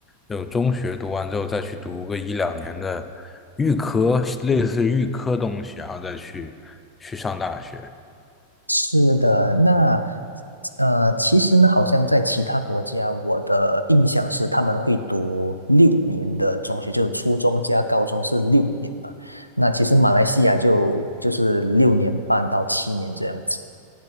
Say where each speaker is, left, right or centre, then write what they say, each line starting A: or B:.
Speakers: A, on the left; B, on the left.
A: 就中学读完之后再去读个一两年的预科，类似于预科东西，然后再去去上大学。
B: 是的，那呃，其实呢，好像在其他国家，我的印象是他们会读六年的中学，就是初中加高中是六年嘛。那其实马来西亚就就是六年半到七年这样子。